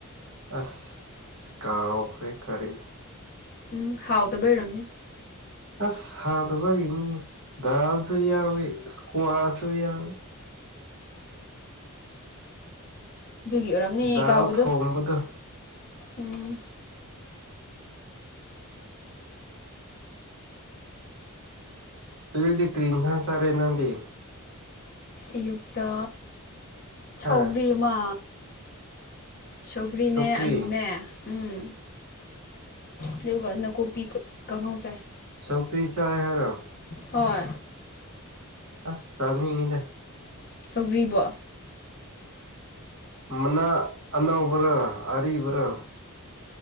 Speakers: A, on the right; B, on the left.
A: ꯑꯁ ꯀꯥꯎꯈ꯭ꯔꯦ ꯀꯔꯤ
B: ꯎꯝ ꯍꯥꯎꯇꯥꯕꯩ ꯑꯣꯏꯔꯝꯅꯤ
A: ꯑꯁ ꯍꯥꯎꯇꯕꯒꯤꯅꯤ ꯗꯥꯜꯁꯨ ꯌꯥꯎꯋꯤ ꯏꯁꯀ꯭ꯋꯥꯁꯨ ꯌꯥꯎꯋꯤ
B: ꯑꯗꯨꯒꯤ ꯑꯣꯏꯔꯝꯅꯤ
A: ꯗꯥꯜ
B: ꯀꯥꯎꯕꯗꯣ
A: ꯊꯣꯡꯕꯗꯣ
B: ꯎꯝ
A: ꯍꯨꯖꯤꯛꯇꯤ ꯀ꯭ꯔꯤ ꯏꯟꯁꯥꯡ ꯆꯥꯔꯦ ꯅꯪꯗꯤ
B: ꯑꯌꯨꯛꯇꯥ ꯁꯧꯒ꯭ꯔꯤ
A: ꯍꯥ
B: ꯃꯥ ꯁꯧꯒ꯭ꯔꯤꯅꯦ
A: ꯁꯧꯒ꯭ꯔꯤ
B: ꯑꯂꯨꯅꯦ ꯎꯝ ꯑꯗꯨꯒ ꯅꯥꯀꯨꯞꯄꯤ ꯀꯥꯡꯍꯧ ꯆꯥꯏ
A: ꯁꯧꯀ꯭ꯔꯤ ꯆꯥꯏ ꯍꯥꯏꯔꯣ
B: ꯍꯣꯏ
A: ꯑꯁ ꯆꯥꯅꯤꯉꯤꯗ
B: ꯁꯧꯒ꯭ꯔꯤꯕꯣ
A: ꯃꯅꯥ ꯑꯅꯧꯕꯔꯥ ꯑꯔꯤꯕꯔꯥ